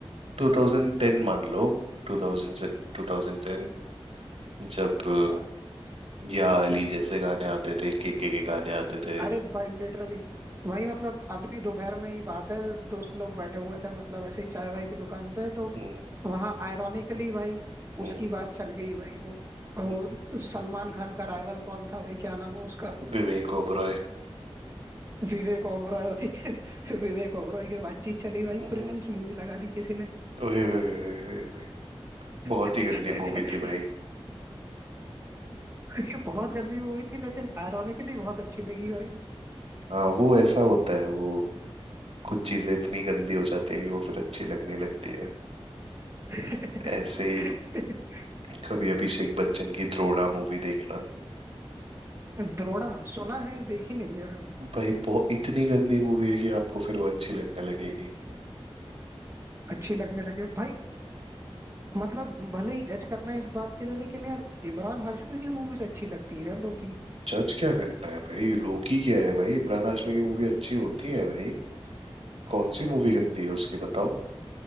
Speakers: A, on the right; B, on the right.
A: 2010 मान लो 2000 से 2010 जब
B: तो <laughs>
A: या अली जैसे गाने आते थे के के के गाने आते थे
B: अरे भाई लिटरली वही मतलब अभी दोपहर में ही बात है दोस्त लोग बैठे हुए थे मतलब ऐसे ही चाय वाय की दुकान पे तो
A: हम्म,
B: वहां आयरॉनिकली भाई
A: हम्म,
B: उसकी बात चल गई भाई वो वो
A: हम्म,
B: सलमान खान का राइवल कौन था भाई क्या नाम है उसका
A: विवेक ओबरॉय
B: विवेक ओबरॉय भाई <laughs> विवेक ओबरॉय की बातचीत चली भाई
A: हम्म,
B: प्रिंस मूवी लगा दी किसी ने
A: ओए ओए ओए ओए ओए बहुत
B: <laughs>
A: ही गंदी मूवी थी भाई
B: ये बहुत गंदी मूवी थी लेकिन आयरॉनिकली बहुत अच्छी लगी भाई
A: हाँ वो ऐसा होता है वो कुछ चीजें इतनी गंदी हो जाती हैं कि वो फिर अच्छी लगने लगती है
B: <laughs>
A: ऐसे ही कभी अभिषेक बच्चन की द्रोणा मूवी देखना
B: द्रोणा सुना है देखी नहीं है भाई
A: भाई बहुत इतनी गंदी मूवी है कि आपको फिर वो अच्छी लगने लगेगी
B: अच्छी लगने लगे भाई मतलब भले ही जज करना है इस बात के लिए लेकिन यार इमरान हाशमी की मूवीज अच्छी लगती है यार लोग की
A: जज क्या करना है भाई लोकी क्या है भाई इमरान हाशमी की मूवी अच्छी होती है भाई कौन सी मूवी गंदी है उसकी बताओ